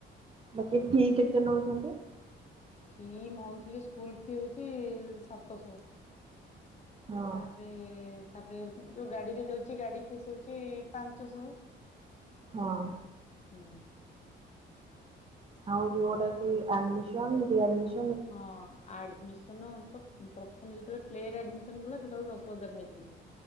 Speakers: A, on the right; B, on the left.
A: ବାକି କିଏ କେତେ ନଉଛନ୍ତି?
B: ଫି ମନ୍ଥଲି ସ୍କୁଲ ଫି ହଉଛି ସାତଶହ। ତାପରେ
A: ହଁ
B: ତାପରେ ଯୋଉ ଗାଡିରେ ଯାଉଛି ଗାଡି ଫିସ୍ ହଉଛି ପାଞ୍ଚଶହ।
A: ହଁ।
B: ହୁଁ।
A: ଆଉ ଯୋଉଟା କି ଆଡ଼ମିସନ ରିଆଡମିସ
B: ହଁ ଆଡମିସ ସନ ଅତ ପ୍ରଥମେ ଯେତେବେଳେ ପ୍ଲେ ରେ ଆଡମିସନ କଲା, ସେତେବେଳେ ଦଶ ହଜାର ନେଇଥିଲେ।